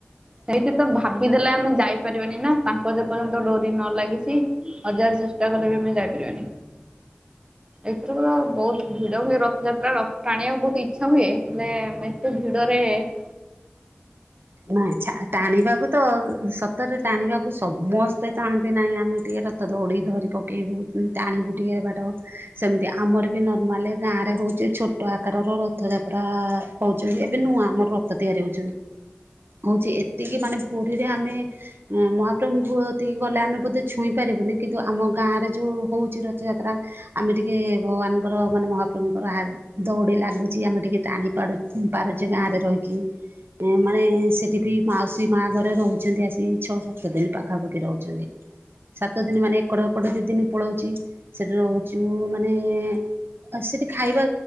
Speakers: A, on the right; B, on the right.
A: ସେଇତ ତ ଭାବି ବି ଦେଲେ ଆମେ ଯାଇପାରିବାନି ନା ତାଙ୍କ ଯେ ପର୍ଯ୍ୟନ୍ତ ଡୋରି ନ ଲାଗିଛି ହଜାର ଚେଷ୍ଟା କଲେ ବି ଆମେ ଯାଇପାରିବାନି ଏଥରକ ବହୁତ ଭିଡ଼ ହୁଏ ରଥଯାତ୍ରା ରଥ ଟାଣିବାକୁ ବହୁତ ଇଚ୍ଛା ହୁଏ ହେଲେ ଏତେ ଭିଡ଼ ରେ ସେ
B: ନାଇଁ ଟାଣିବାକୁ ତ ରତରେ ଟାଣିବାକୁ ସମସ୍ତେ ଚାହାନ୍ତି ନାହିଁ ଆମେ ଟିକେ ରଥ ଦୌଡ଼ି ଧରି ପକାଇବୁ ଟଣି ଫୁଟିକି ବାଟ ସେମିତି ଆମର ବି ନର୍ମାଲି ଗାଁରେ ହେଉଛି ଛୋଟ ଆକାରର ରଥଯାତ୍ରା ହେଉଛନ୍ତି ଏବେ ଆମର ରଥ ତିଆରି ହଉଛନ୍ତି ହଉଛି ଏତିକି ମାନେ ପୁରୀରେ ଆମେ ମହାପ୍ରଭୁଙ୍କୁ ଏତିକି ଗଲେ ଆମେ ବୋଧେ ଛୁଇଁ ପାର ବୁନି କିନ୍ତୁ ଆମ ଗାଁରେ ଯୋଉ ହଉଛି ରଥଯାତ୍ରା ଆମେ ଟିକେ ଭଗବାନଙ୍କର ମାନେ ମହାପ୍ରଭୁଙ୍କର ଦୌଡ଼ି ଲାଗୁଛି ଆମେ ଟିକେ ଟାଣି ପାରୁ ପାରୁଛୁ ଗାଁ ରେ ରହିକି ମାନେ ସେଠି ବି ମାଉସୀ ମା ଘରେ ରହୁଛନ୍ତି ଆସିିକି ଛଅ ସାତ ଦିନ ପାଖାପାଖି ରହୁଛନ୍ତି ସାତ ଦିନ ମାନେ ଏକଟ ଏକଟ ଦି ଦିନ ପଳାଉଛି ସେଠି ରହୁଛୁ ମାନେ ଆ ସେଠି ଖାଇବା